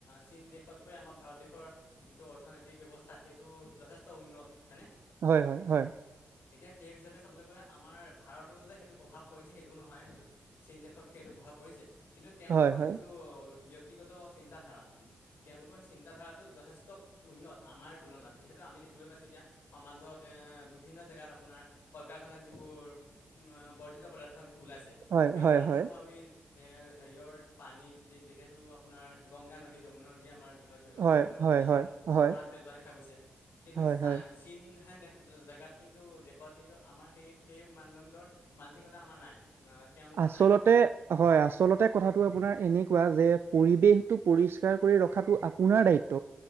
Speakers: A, on the left; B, on the right.
A: চীন দেশতকৈ আমাৰ ভাৰত দেশৰ যিটো অৰ্থনৈতিক ব্যৱস্থা সেইটো যথেষ্ট উন্নত হয়নে
B: হয় হয় হয়
A: এতিয়া সেই হিচাপে চাবলৈ গ'লে আমাৰ ভাৰততো যা সেইটো প্ৰভাৱ পৰিছে সেইটো নহয় সেইটো চীন দেশত সেইটো প্ৰভাৱ কৰিছে কিন্তু তেওঁলোকৰ
B: হয় হয়
A: যিটো ব্যক্তিগত চিন্তা ধাৰা তেওঁলোকৰ চিন্তাধাৰাটো যথেষ্ট উন্নত আমাৰ তুলনাত যিহেতু আমি দেখিবলৈ পাইছোঁ এতিয়া সমাজত বিভিন্ন জেগাত আপোনাৰ কল কাৰখানাৰ যিবোৰ বৰ্জিত পদাৰ্থ ওলাইছে
B: হয়
A: সেই
B: হয়
A: পদাৰ্থসমূহ
B: হয় হয়
A: আমি এৰ হেয়ৰ পানীত যিহেতু আপোনাৰ গংগা নদী যমুনা নদী আমাৰ বৃহৎ বৃহৎ
B: হয়
A: পৰিমাণৰ
B: হয় হয়
A: নদীসমূহ
B: হয় হয়
A: তাত পেলোৱা দেখা গৈছে কিন্তু
B: হয়
A: চা
B: হয়
A: চন হেন দেখ জেগাত কিন্তু দেশত কিন্তু আমাৰ সেই সেই মানদণ্ডৰ মানসিকতা আমাৰ নাই অ তেওঁলোকৰ
B: আচলতে
A: নাই
B: হয় আচলতে কথাটো আপোনাৰ এনেকুৱা যে পৰিৱেশটো পৰিষ্কাৰ কৰি ৰখাটো আপোনাৰ দায়িত্ব